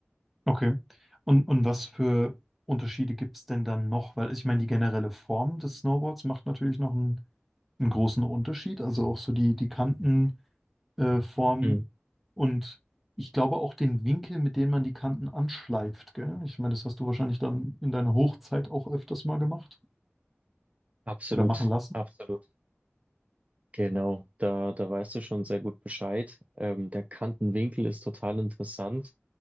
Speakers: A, in the centre; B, on the right (about 30°).
A: Okay. Und, und was für Unterschiede gibt es denn dann noch? Weil also, ich meine, die generelle Form des Snowboards macht natürlich noch einen, einen großen Unterschied. Also auch so die, die Kantenform äh, Form
B: Mhm.
A: und ich glaube auch den Winkel, mit dem man die Kanten anschleift, gell? Ich meine, das hast du wahrscheinlich dann in deiner Hochzeit auch öfters mal gemacht
B: Absolut,
A: oder machen lassen.
B: absolut. Genau, da, da weißt du schon sehr gut Bescheid. Ähm, der Kantenwinkel ist total interessant.